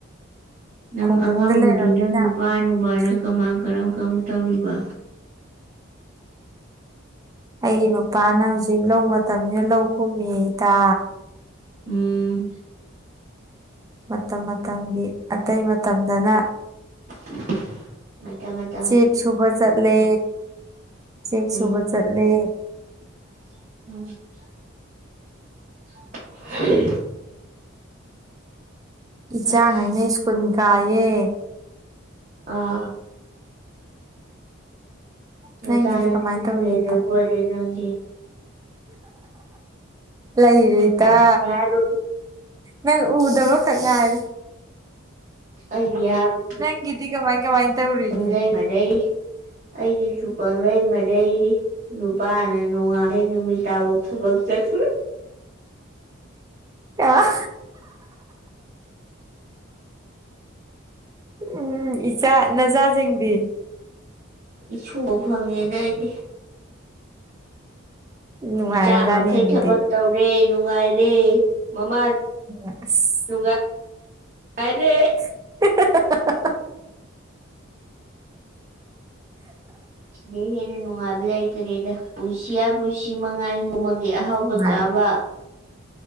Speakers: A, on the right (about 35°); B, on the right (about 15°).
A: ꯅꯪ
B: ꯈꯨꯡꯒꯪꯗ
A: ꯑꯉꯥꯡ ꯅꯨꯕꯤ
B: ꯂꯩꯔꯕꯅꯤꯅ
A: ꯅꯪ ꯅꯨꯄꯥ ꯅꯨꯡꯕꯥꯅ
B: ꯐꯤ
A: ꯀꯃꯥꯏ ꯀꯔꯝ ꯀꯔꯝ ꯇꯧꯔꯤꯕ
B: ꯑꯩꯒꯤ ꯅꯨꯄꯥꯅ ꯍꯧꯖꯤꯛ ꯂꯧ ꯃꯇꯝꯅꯤꯅ ꯂꯧ ꯀꯨꯝꯃꯤꯌꯦ ꯏꯇꯥ
A: ꯎꯝ
B: ꯃꯇꯝ ꯃꯇꯝꯒꯤ ꯑꯇꯩ ꯃꯇꯝꯗꯅ
A: <inaudible> ꯃꯇꯥ ꯃꯇꯥ
B: ꯆꯦꯛ ꯁꯨꯕ ꯆꯠꯂꯦ ꯆꯦꯛ
A: ꯎꯝ
B: ꯁꯨꯕ ꯆꯠꯂꯦ
A: ꯎꯝ
B: ꯏꯆꯥꯥꯡꯍꯩꯅ
A: ꯑꯁ
B: ꯁ꯭ꯀꯨꯟ ꯀꯥꯏꯌꯦ
A: ꯑꯥ ꯅꯆꯥꯥ
B: ꯅꯪꯒꯤꯗꯤ
A: ꯅꯁꯨꯁꯨ
B: ꯀꯃꯥꯏꯅ ꯇꯧꯔꯤꯒꯦ
A: ꯂꯩꯔꯕꯣꯏꯔꯦ
B: ꯏꯇꯥ
A: ꯅꯪꯒꯤ
B: ꯂꯩꯔꯦ ꯏꯇꯥ
A: ꯑꯩꯒꯤ ꯍꯥꯏꯕꯕꯨ
B: ꯅꯪ ꯎꯗꯕꯈꯛ ꯉꯥꯏꯔꯦ
A: ꯑꯩꯒꯤ ꯌꯥꯕꯨ
B: ꯅꯪꯒꯤꯗꯤ ꯀꯃꯥꯏ ꯀꯃꯥꯏ ꯇꯧꯔꯤꯒꯦ
A: ꯄꯪꯂꯩ ꯃꯔꯩ ꯑꯩꯒꯤꯁꯨ ꯄꯥꯡꯂꯩ ꯃꯔꯩꯔꯤ ꯅꯨꯄꯥꯅ ꯅꯣꯡꯉꯥꯟꯗꯩꯩ ꯅꯨꯃꯤꯠ ꯇꯕꯨ ꯊꯕꯛ ꯆꯠ
B: ꯑꯥ ꯎꯝ ꯏꯆꯥ ꯅꯆꯥꯖꯤꯡꯗꯤ
A: ꯏꯁꯨꯕꯨ ꯐꯪꯉꯦꯗ ꯑꯩꯗꯤ
B: ꯅꯨꯡꯉꯥꯏꯔꯖꯥꯠꯅꯤ
A: ꯏꯆꯥ ꯃꯈꯩ
B: ꯑꯗꯨꯗꯤ
A: ꯊꯕꯛ ꯇꯧꯔꯦ ꯅꯨꯡꯉꯥꯏꯔꯦ ꯃꯃꯥ
B: ꯑꯁ
A: ꯅꯨꯡꯉꯥꯏ ꯑꯥꯏꯔꯦ
B: <unintelligible>
A: ꯏꯦ ꯍꯦꯟꯅ ꯅꯨꯡꯉꯥꯏꯕ ꯂꯩꯇꯔꯦꯗ ꯄꯨꯁꯤꯌꯥ ꯄꯨꯁꯤ ꯃꯉꯥꯏ ꯉꯨꯝꯃꯒꯦ ꯑꯍꯥꯎ
B: ꯅꯨꯡꯉꯥꯏꯔꯦ
A: ꯕꯨ ꯆꯥꯕ